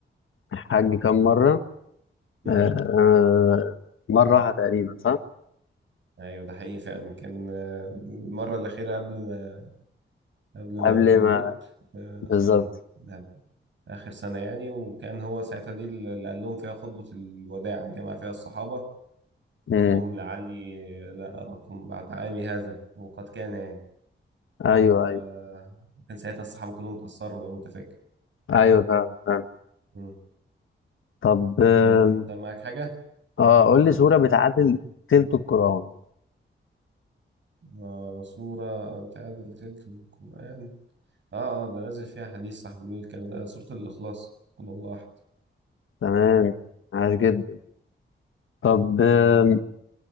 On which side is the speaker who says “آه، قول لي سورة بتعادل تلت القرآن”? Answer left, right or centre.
Left